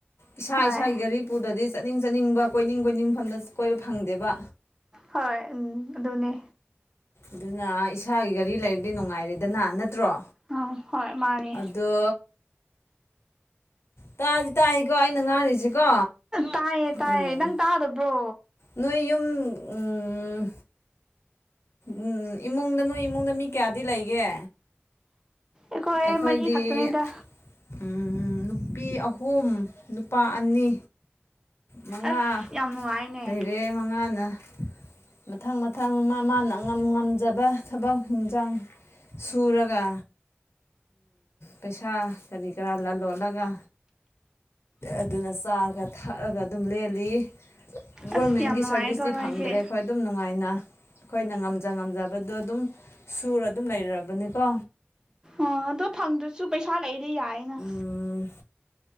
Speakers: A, on the left; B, on the right.
A: ꯏꯁꯥ
B: ꯍꯣꯏ
A: ꯏꯁꯥꯒꯤ ꯒꯔꯤ ꯄꯨꯗꯗꯤ ꯆꯠꯅꯤꯡ ꯆꯠꯅꯤꯡꯕ ꯀꯣꯏꯅꯤꯡ ꯀꯣꯏꯅꯤꯡꯐꯝꯗ ꯀꯣꯏꯕ ꯐꯪꯗꯦꯕ
B: ꯍꯣꯏ ꯎꯝ ꯑꯗꯨꯅꯦ
A: ꯑꯗꯨꯅ ꯏꯁꯥꯒꯤ ꯒꯥꯔꯤ ꯂꯩꯔꯒꯗꯤ ꯅꯨꯡꯉꯥꯏꯔꯦꯗꯅ ꯅꯠꯇ꯭ꯔꯣ
B: ꯑꯥ ꯍꯣꯏ ꯃꯥꯅꯦ
A: ꯑꯗꯣ ꯇꯥꯛꯑꯗꯤ ꯇꯥꯛꯏꯀꯣ ꯑꯩꯅ ꯉꯥꯡꯔꯤꯁꯤꯀꯣ
B: ꯇꯥꯏꯌꯦ ꯇꯥꯏꯌꯦ
A: ꯎꯝ
B: ꯅꯪ ꯇꯥꯗꯕ꯭ꯔꯣ
A: ꯅꯣꯏ ꯌꯨꯝ ꯎꯝ ꯎꯝ ꯏꯃꯨꯡꯗ ꯅꯣꯏꯃꯨꯡꯗ ꯃꯤ ꯀꯌꯥꯗꯤ ꯂꯩꯒꯦ
B: ꯑꯩꯈꯣꯏ
A: ꯑꯩꯈꯣꯏꯗꯤ
B: ꯃꯔꯤ ꯈꯛꯇꯅꯤꯗ
A: ꯎꯝ ꯅꯨꯄꯤ ꯑꯍꯨꯝ ꯅꯨꯄꯥ ꯑꯅꯤ ꯃꯉꯥ
B: ꯑꯁ ꯌꯥꯝ ꯅꯨꯡꯉꯥꯏꯅꯦ
A: ꯂꯩꯔꯦ ꯃꯉꯥꯅ ꯃꯊꯪ ꯃꯊꯪ ꯃꯥ ꯃꯥꯅ ꯉꯝ ꯉꯝꯖꯕ ꯊꯕꯛ ꯍꯟꯁꯥꯡ ꯁꯨꯔꯒ ꯄꯩꯁꯥ ꯀꯔꯤ ꯀꯔꯥ ꯂꯂꯣꯜꯂꯒ ꯑꯗꯨꯅ ꯆꯥꯔꯒ ꯊꯛꯑꯒ ꯑꯗꯨꯝ ꯂꯦꯜꯂꯤ ꯒꯣꯔꯃꯦꯟꯒꯤ
B: ꯑꯁ ꯌꯥꯝ ꯅꯨꯡꯉꯥꯏꯀꯣ
A: ꯁꯥꯔꯚꯤꯁꯇꯤ
B: ꯅꯣꯏꯗꯤ
A: ꯐꯪꯗ꯭ꯔꯦ ꯑꯩꯈꯣꯏ ꯑꯗꯨꯝ ꯅꯨꯡꯉꯥꯏꯅ ꯑꯩꯈꯣꯏꯅ ꯉꯝꯖ ꯉꯝꯖꯕꯗꯣ ꯑꯗꯨꯝ ꯁꯨꯔ ꯑꯗꯨꯝ ꯂꯩꯔꯕꯅꯤꯀꯣ
B: ꯑꯣ ꯑꯗꯣ ꯐꯪꯗ꯭ꯔꯁꯨ ꯄꯩꯁꯥ ꯂꯩꯗꯤ ꯌꯥꯏꯅ
A: ꯎꯝ